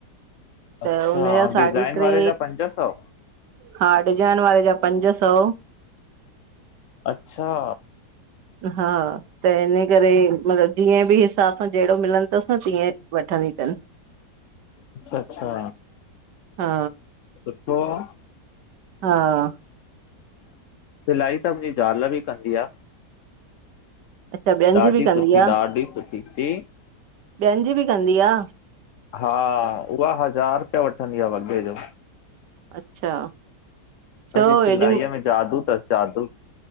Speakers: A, on the left (about 60°); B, on the right (about 85°).
A: अच्छा
B: त हुनजा
A: ऐं
B: साढी
A: डिज़ाइन
B: ट्रे,
A: वारे जा पंज सौ?
B: हा डिजाइन वारे जा पंज सौ।
A: अच्छा।
B: हा त हिन करे मतलबु जीअं बि हिसाब सां जहिड़ो मिलन तस, न तीअं वठन तन।
A: अच्छा अच्छा,
B: हा
A: सुठो आ।
B: हा,
A: सिलाई त मुंजी ज़ाल बि कंदी आ।
B: अच्छा ॿियनि
A: ॾाढी
B: जी बि कंदी
A: सुठी,
B: आ
A: ॾाढी सुठी जी।
B: ॿियनि जी बि कंदी आ।
A: हा उहा हज़ार रुपया वठंदी आ वॻे जो।
B: अच्छा। छो
A: हुनजी
B: हेॾी
A: सिलाईअ में जादू, तस जादू।